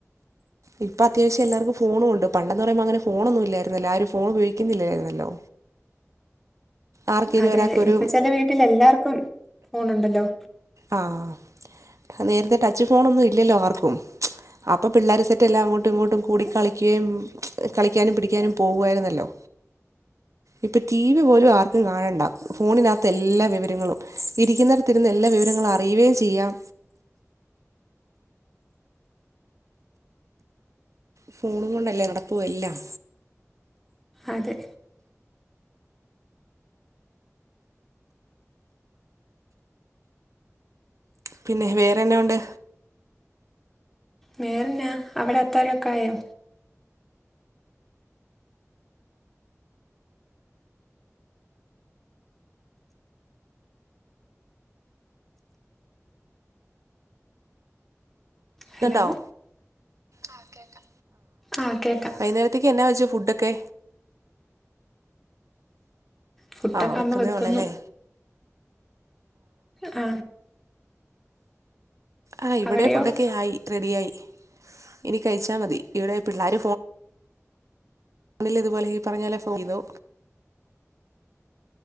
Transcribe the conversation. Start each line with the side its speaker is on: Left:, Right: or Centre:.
Right: ഇപ്പൊ അത്യാവശ്യംല്ലാവർക്കും ഫോ ഉണ്ട് പണ്ടെന്ന് പറുമ്പൾ അങ്ങന ഫോൊന്നും ഇായിരുന്നില്ല ആ ഒരു ഫോ ഉപയോഗിക്കുന്നില്ലായിരുന്നല്ലോ ആർക്കേലും
Centre: അതെ
Right: ഒരാൾക്കൊരു
Centre: അതെ ഇപ്പൊ ചെല വീട്ടിൽ എല്ലാർക്കും ഫോണെണ്ടല്ലോ
Right: ആ നേരത്തെ ടച്ച് ഫോണൊന്നും ഇല്ലല്ലോ ആർക്കും അപ്പം പിള്ളേരെ സെറ്റ എല്ലാം അങ്ങോട്ടും ഇങ്ങോട്ടും കൂടി കളിക്കുകയും കളിക്കാനും പിടിക്കാനും പോകുയിരുന്നല്ലോ ഇപ്പൊ ടി വി പോലും ആർക്കും കാണണ്ട ഫോണിനകത്ത എല്ലാ വിവരങ്ങളും ഇരിക്കുന്നവടത്തിരുന്ന് എല്ലാ വിവരങ്ങളും അറിയുകയും ചെയ്യാം ഫൂണും കൊണ്ടല്ലേ നടപ്പ എല്ലാം
Centre: അതെ
Right: പിന്നെ വേറെന്നെയ ഉണ്ട്
Centre: വേറെന്നാ അവിടെ അത്താഴൊക്കെ ആയോ ഹലോ
Right: ണ്ടാവ അഹ് കേക്കാ
Centre: ആഹ കേക്കാം
Right: വൈകുന്നേരത്തേക്ക് എന്നാ വെച്ചു ഫുഡൊക്കെ
Centre: ഫുഡൊക്കെ
Right: ആഹ വിെക്കുന്നതേ
Centre: അമ്മ വെക്കുന്നു
Right: ഉള്ളല്ലേ
Centre: ആ
Right: ആ് ഇവിടെ
Centre: അവിടെയോ
Right: ഫുഡൊക്കെ ആയി റെഡിയ ആയി എനി കഴിച്ചാൽ മതി ഇടെ പിള്ളേർ ഇന്നലെ ഇതുപോലെ ഈ പറഞ്ഞ പോലെ ഫോൺ ചെയ്തു